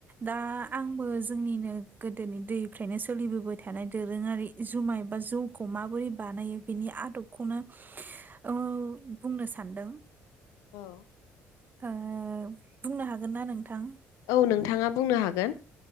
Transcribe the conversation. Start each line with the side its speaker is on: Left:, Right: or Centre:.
Right: दा आंबो जोंनिनो गोदोनि दैफ्रायनो सोलिबोबाय थानाय दोरोङारि जुमाय बा जौखौ माबोरै बानायो बिनि आदबखौनो
Left: <inaudible>
Right: औ बुंनो सानदों
Left: औ
Right: ओ बुंनो हागोन ना नोंथां?
Left: औ नोंथाङा बुंनो हागोन।